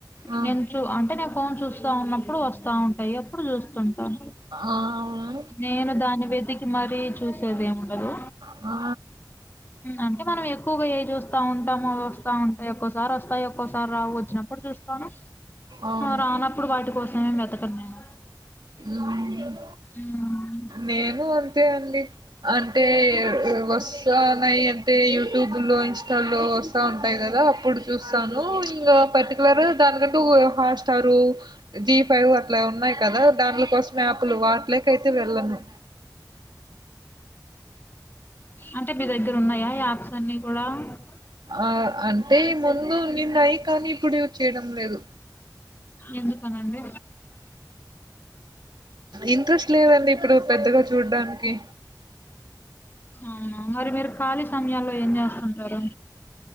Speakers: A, on the right (about 85°); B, on the left (about 30°).
A: ఆ
B: నేను చూ అంటే నేను ఫోన్ చూస్తాన్నప్పుడు వస్తా ఉంటాయి అప్పుడు చూస్ ఉంటాను
A: ఆ వునా
B: నేను దాన్ని వెతికి మరీ చూసేది ఏముండదు
A: ఆ
B: అంటే మనం ఎక్కువగా ఏ చూస్తాంటామో వస్తా ఉంటాయి ఒక్కోసారి వస్తాయి ఒక్కోసారి రావు వచ్చినప్పు ప్పుడు చూస్తాను
A: అవును
B: రానప్పుడు వాటి కోసం ఏం వెతకన్ నేను
A: మ్మ్.
B: ఉ
A: నేను అంతే అండి అంటే వస్తన్నాయి అంటే యూట్యూబ్ లో ఇన్స్టాలో వస్ స్తా ఉంటాయి కదా అప్పుడు చూస్తాను ఇంకా పర్టికులర్ గా దానికంటూ హాట్స్టారు జీ ఫైవ్ అట్ల ఉన్నాయి కదా దాంల కోసం యాప్లు వాట్లకయితే వెళ్ళను
B: అంటే మీ దగ్గర ఉన్నాయా యాప్స్ అన్ని కూడా ఆ
A: ఆ అంటే ముందు నిన్న అయి కానీ ఇప్పుడు చేయడం లేదు
B: ఎందుకనండి
A: ఇంట్రెస్ట్ లేదండి ఇప్పుడు పెద్దగా చూడ్డానికి
B: అవునా మరి మీరు ఖాళీ సమయాల్లో ఏం చేస్తుంటారు